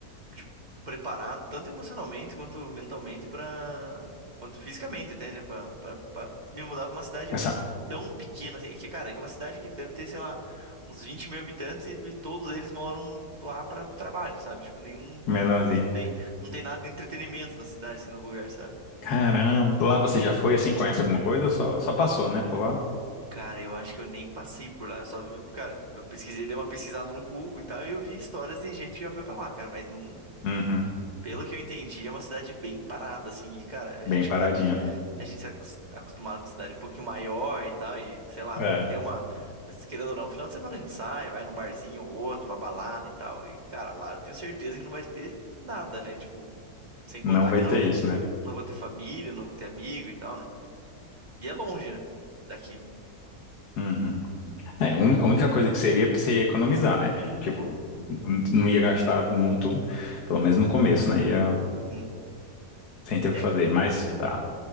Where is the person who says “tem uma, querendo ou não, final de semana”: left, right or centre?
Right